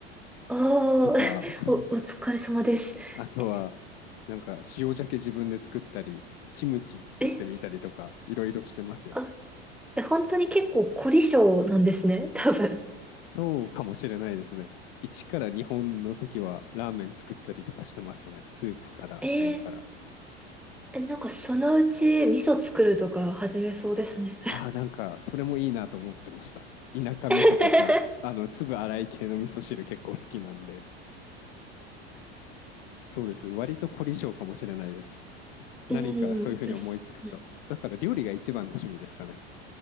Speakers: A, in the centre; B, on the left (about 65°).
A: おー、
B: とか
A: <laughs>
B: <laughs>
A: お、お疲れ様です。
B: あとはなんか塩鮭自分で作ったりキムチ作ってみたりとかいろいろしてますよ。
A: え、え、あ、え本当に結構凝り性なんですね、<laughs> 多分。
B: そうかもしれないですね。1から2本の時はラーメン作ったりとかしてましたね。スープから麺から。
A: えー、え、なんかそのうち味噌作るとか始めそうですね。
B: ああ、なんか、それもいいなと思ってました。田舎味噌とか、
A: <laughs>
B: あの、粒粗い系の味噌汁結構好きなんで。そうです。割と凝り性かもしれないです。
A: うん、
B: 何かそういうふうに思いつくと。
A: よし。うん
B: だから料理が一番の趣味ですかね。